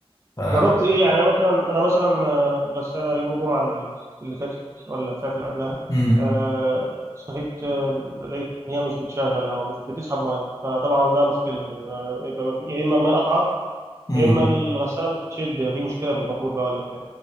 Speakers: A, on the left; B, on the right.
A: ف...
B: جربت ايه يعني انا مثلا انا مثلا آه، غساله يوم الجمعه اللي فاتت ولا مش عارف اللي قبلها
A: امم
B: آه، صحيت آه، لقيت ان هي مش بتشغل او مش بتسحب ميه فطبعا ده مشكله آه، يبقى ما في- يا اما الميه قطعه
A: <clears throat>
B: يا اما الغساله مش بتشد في مشكله في الموتور بقى ولا بتاع